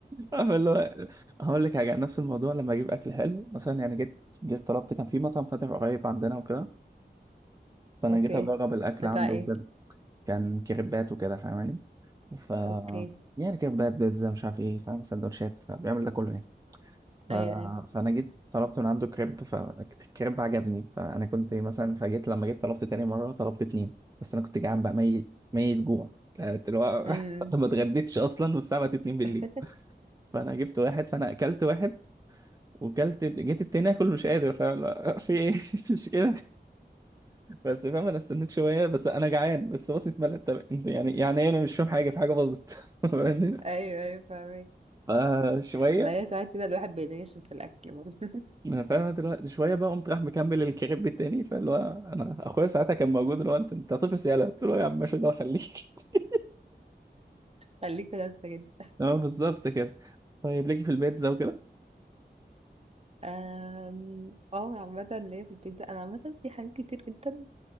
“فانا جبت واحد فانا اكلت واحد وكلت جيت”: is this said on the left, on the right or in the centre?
Right